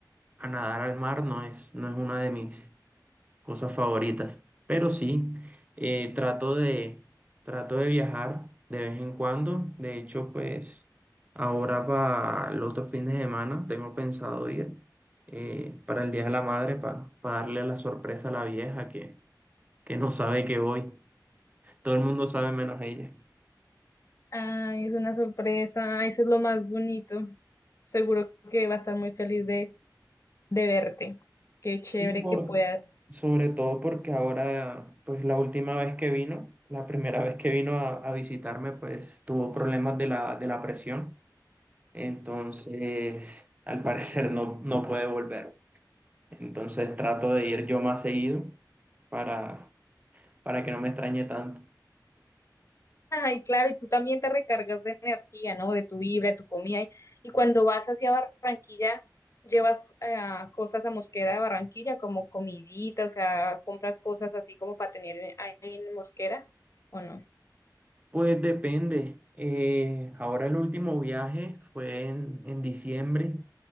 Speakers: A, on the right; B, on the left.
A: a nadar al mar no es, no es una de mis, cosas favoritas. Pero sí, eh, trato de, trato de viajar de vez en cuando. De hecho, pues ahora para los otros fines de semana tengo pensado ir eh, para el Día de la Madre, para darle la sorpresa a la vieja que, que no sabe que voy. Todo el mundo sabe menos ella.
B: Ay, es una sorpresa. Eso es lo más bonito. Seguro que va a estar muy feliz de, de verte. Qué chévere
A: Sí, por,
B: que puedas.
A: sobre todo porque ahora, pues la última vez que vino, la primera vez que vino a, a visitarme, pues tuvo problemas de la, de la presión. Entonces, al parecer no, no puede volver. Entonces trato de ir yo más seguido para, para que no me extrañe tanto.
B: Ay, claro, y tú también te recargas de energía, ¿no? De tu vibra, de tu comida. Y, y cuando vas hacia Barranquilla, llevas eh, cosas a Mosquera de Barranquilla, como comidita, o sea, compras cosas así como para tener ahí en Mosquera, ¿o no?
A: Pues depende. Eh, ahora el último viaje fue en, en diciembre.